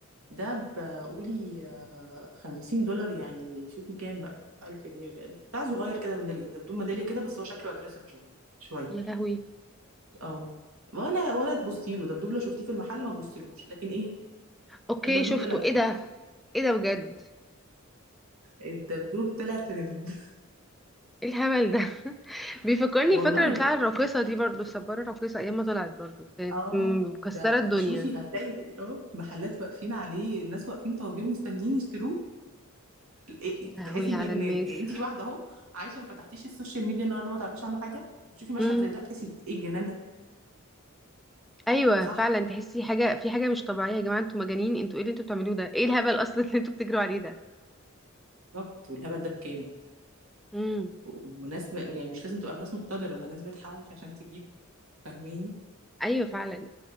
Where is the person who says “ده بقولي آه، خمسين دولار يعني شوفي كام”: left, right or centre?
Right